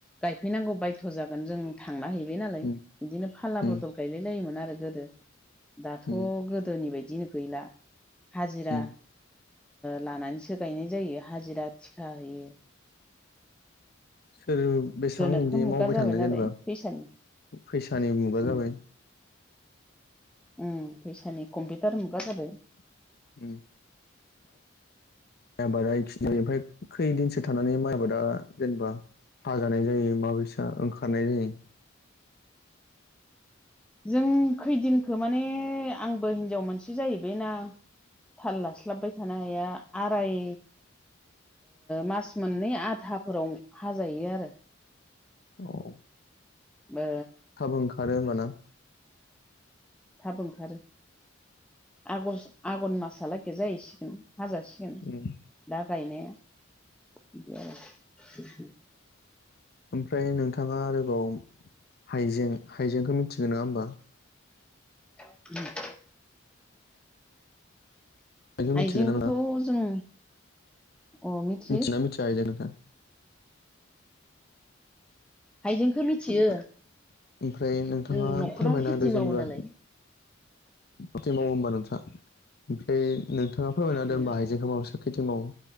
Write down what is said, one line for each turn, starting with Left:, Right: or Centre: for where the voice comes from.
Centre: गायफैनांगौ बायथ' जागोन जों थांना हैबाय नालाय
Left: उम
Centre: बिदिनो फाल्ला
Left: उम
Centre: बदल गायलाय लायोमोन आरो गोदो दाथ'
Left: उम
Centre: गोदोनि बायदिनो गैला हाजिरा
Left: उम
Centre: लानानैसो गायनाय जायो हाजिरा थिखा हैयो
Left: सोर बेसेबां
Centre: गोनोखो
Left: बिदि
Centre: मुगा
Left: मावबाय
Centre: जाबाय
Left: थानो
Centre: नालाय
Left: जेनेबा
Centre: फैसानि
Left: फैसानि मुगा
Centre: उम
Left: जाबाय
Centre: उम फैसानि कम्पिउटार मुगा जाबाय
Left: उम आबादा <unintelligible> खैदिनसो थानानै माइ आबादा जेनेबा हाजानाय जायो माबैसा ओंखारनाय जायो
Centre: जों खैदिनखो माने आंबो हिनजाव मानसि जाहैबायना थाल लास्लाबबाय थानो हाया आराय मास मोननै आधाफोराव हाजायो आरो
Left: औ
Centre: बे
Left: थाब ओंखारो ना
Centre: थाब ओंखारो आगस आघन मासलागै जाहैसिगोन हाजासिगोन
Left: उम
Centre: दा गायनाया बिदि आरो <unintelligible>
Left: ओमफ्राय नोंथाङा आरोबाव हाइजें हाइजेंखौ मिथिगोन नङा होमबा
Centre: <inaudible>
Left: हाइजेंखौ
Centre: आइजेंखौथ'
Left: मिथिगोन ना नोंथाङा
Centre: जों अ मिथियो
Left: मिथियोना मिथिया हायजें नोंथाङा
Centre: हाइजेंखौ मिथियो
Left: ओमफ्राय नोंथाङा
Centre: जों न'खरावनो
Left: फोरमायना
Centre: खेथि
Left: होदो
Centre: मावो
Left: जेनेबा
Centre: नालाय
Left: खेथि मावो होमबा नोंथाङा ओमफ्राय नोंथाङा फोरमायना होदो
Centre: उम
Left: होमबा हाइजेंखौ माबायसा खेथि मावो